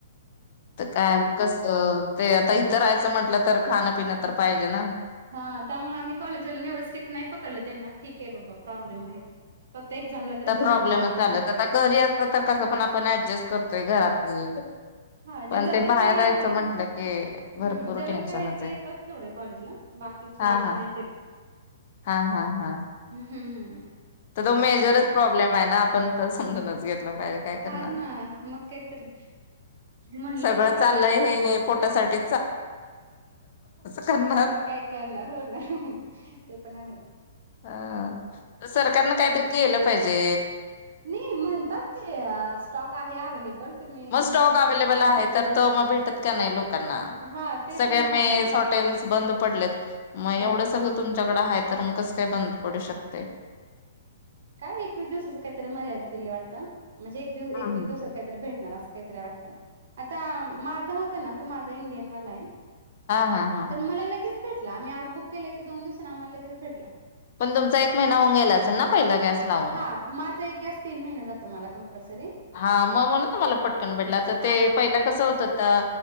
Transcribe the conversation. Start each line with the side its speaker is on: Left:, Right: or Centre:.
Left: आता काय मग कसं, ते आता इतर रायचं म्हंटलं तर खाणपिण तर पाहिजे ना.
Right: हा त्यामुळे आम्ही कॉलेजवाल्यांनी एवढं स्ट्रिक नाही पकडलं त्यांना, ठीक आहे बाबा प्रॉब्लेम आहे. फक्त एक्झामला तरी
Left: तर
Right: प्रेझेंट
Left: प्रॉब्लेमच
Right: राहा म्हणून
Left: झाला
Right: सांगितले
Left: तर, आता घरी असलं तर कसं पण आपण ऍडजस्ट करतोय घरातली
Right: ह
Left: पण
Right: जे जवळचे
Left: ते बाहेर राहायचं
Right: आहे ना
Left: म्हटलं की भरपूर
Right: हं जवळचे
Left: टेन्शनच
Right: आहे ते येतात तेवढे कॉलेजला बाकीचे
Left: हा हा
Right: नाहीत येत
Left: हा हा हा
Right: हम्म
Left: तर तो मेजरच
Right: अवघड झालं
Left: प्रॉब्लेम आहे ना, आपण तर समजूनच घेतला पाहिजे. काय करणार
Right: हा ना मग काहीतरी म्हणलेत
Left: सगळ
Right: आता
Left: चाललय हे पोटासाठी करणार
Right: काय करणार हो ना ते पण आहेच.
Left: अ
Right: बस.
Left: सरकारनं काहीतरी केलं पाहिजे
Right: नाही म्हणतात ते स्टॉक आहे अवेलेबल तुम्ही
Left: मग
Right: नका
Left: स्टॉक
Right: टेन्शन
Left: अवेलेबल
Right: घेऊ.
Left: आहे तर त मग भेटत का नाही लोकांना,
Right: हा ते
Left: सगळ्या
Right: पण
Left: मेस,
Right: आहे
Left: हॉटेल्स बंद पडलेत. मग एवढं
Right: बंद
Left: सगळं
Right: पडलेत
Left: तुमच्याकडं आहे तर मग कस काय बंद पडू शकतय?
Right: काय एकवीस दिवसाची काहीतरी मर्यादित दिली वाटतं, म्हणजे एक एकवी
Left: हा
Right: दिवसा काहीतरी भेटणार असं काहीतरी आहे वाटतं, आता माझं होतं ना तो माझा इंडियन वाला आहे
Left: हा हा
Right: तर मला लगेच भेटला आम्ही आज बुक केलं की, दोन दिवसांना आम्हाला लगेच भेटला.
Left: पण तुमचा एक महिना होउन गेला असेल ना पहिला गॅस. लावून
Right: हा माझा एक गॅस तीन महिने जातो मला कंपल्सरी.
Left: हा मग म्हणून तुम्हाला पटकन भेटलं तर ते
Right: अच्छा
Left: पहिला कसं होत होता